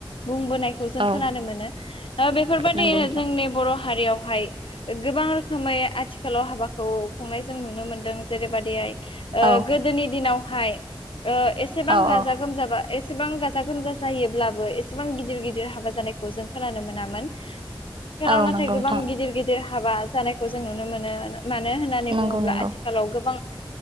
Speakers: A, on the left; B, on the right.
A: बुंबोनायखौ जों
B: औ
A: खोनानो मोनो बेफोरबायदि
B: नंगौ नोंथां
A: जोंनि बर' हारियावहाय गोबां रोखोमै आथिखालाव हाबाखौ खुंनाय जों नुनो मोनदों जेरै ओ
B: औ
A: गोदोनि दिनावहाय ओ एसेबां
B: औ
A: गाजा
B: औ
A: गोमजाबा एसेबां गाजा गोमजा जायोब्लाबो एसेबां गिदिर गिदिर हाबा जानायखौ जों खोनानो मोनामोन। आथिखालाव
B: औ
A: नाथाय
B: नंगौ
A: गोबां
B: नोंथां
A: गिदिर गिदिर हाबा जानायखौ जों नुनो मोनो। मानो होननानै
B: नंगौ
A: बुङोब्ला
B: नंगौ
A: आथिखालाव गोबां